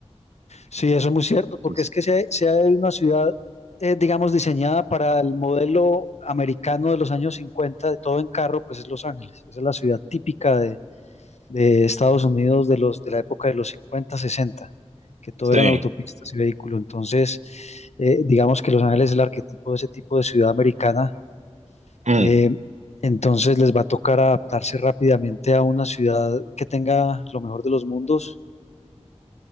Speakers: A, on the left (about 70°); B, on the right (about 75°).
A: Sí, eso es muy cierto, porque
B: Sí.
A: es que sea, sea una ciudad, eh, digamos, diseñada para el modelo americano de los años 50, de todo en carro, pues es Los Ángeles. Esa es la ciudad típica de, de Estados Unidos de los, de la época de los 50 60, que todo
B: Sí.
A: eran autopistas y vehículos. Entonces, eh, digamos que Los Ángeles es el arquetipo de ese tipo de ciudad americana.
B: Mm.
A: eh, entonces les va a tocar adaptarse rápidamente a una ciudad que tenga lo mejor de los mundos,